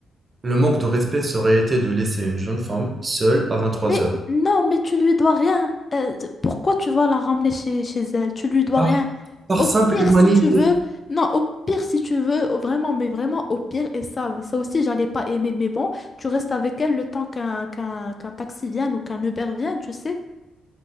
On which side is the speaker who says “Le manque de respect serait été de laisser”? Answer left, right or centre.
Right